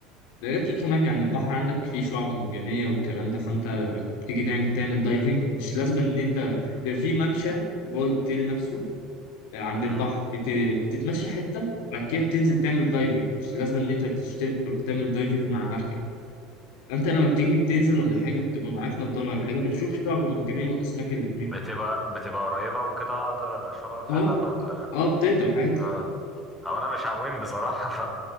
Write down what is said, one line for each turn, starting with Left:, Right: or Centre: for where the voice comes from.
Left: ده غير كده كمان يعني البحر عندك فيه شعاب مرجانية والكلام ده فانت لما بتيجي تعمل تعمل دايفنج مش لازم ان انت بيبقى فيه ممشى جوه الاوتيل نفسه آه، عند البحر
Centre: مم.
Left: بت... بتتمشى حتة بعد كده بتنزل تعمل دايفنج مش لازم ان انت تشترك تروح تعمل دايفنج مع مركب انت لما بتيجي تنزل ولا حاجة بتبقى معاك نضارة ولا حاجة بتشوف الشعاب المرجانية والاسماك اللي هناك
Centre: بتبقى بتبقى قريبه وكده اقدر اشوفها فعلا
Left: اه
Centre: ولا
Left: اه بتقدر عادي
Centre: اه هو انا مش عويم بصراحه <laughs> ف